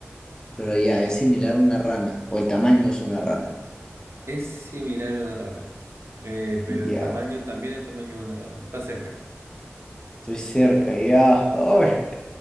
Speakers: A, on the left; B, on the right.
A: pero ya, es similar a una rana, o el tamaño es una rana.
B: Es similar a una rana, eh, pero
A: Ya,
B: el tamaño también es el tamaño de una rana. Está cerca.
A: Estoy cerca, ya. Ay,